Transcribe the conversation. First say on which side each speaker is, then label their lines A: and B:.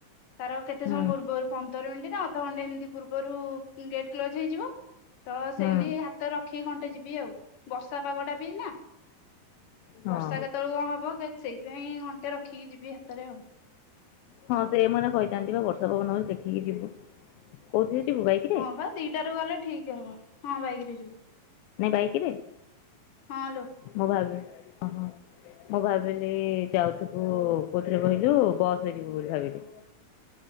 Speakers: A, on the left (about 65°); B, on the left (about 85°).
A: ତାର କେତେ
B: ହୁଁ
A: ସମୟ ପୂର୍ବରୁ ପନ୍ଦର ମିନିଟ୍ ଅଧଘଣ୍ଟେ ଏମିତି ପୂର୍ବରୁ ଗେଟ୍ କ୍ଲୋଜ ହେଇଯିବ ତ
B: ହୁଁ।
A: ସେମିତି ହା ହାତରେ ରଖିକି ଘଣ୍ଟେ ଯିବି ଆଉ ବର୍ଷା ପାଗଟା ବି ଏଇନା।
B: ହଁ
A: ବର୍ଷା କେତେବେଳକୁ କଣ ହବ ସେ ସେଇଥିପାଇଁ ଘଣ୍ଟେ ରଖିକି ଯିବି ହାତରେ ଆଉ।
B: ହଁ ସେମାନେ କହିଥାନ୍ତି ବା ବର୍ଷା ପବନ ବେଳେ ଦେଖିକି ଯିବୁ। କୋଉଥିରେ ଯିବୁ ବାଇକି
A: ହଁ ପାଁ ଦିଇଟାରେ ଗଲେ ଠିକ୍ ହବ ହଁ ବାଇକିରେ ଯିବୁ।
B: ନାଇଁ ବାଇକିରେ
A: ହଁ ଲୋ
B: ମୁଁ ଭାବି ହଁ ହଁ। ମୁଁ ଭାବିଲି ଯାଉଥିବୁ କୋଉଥିରେ କହିଲୁ ବସରେ ଯିବୁ ବୋଲି ଭାବିଲି।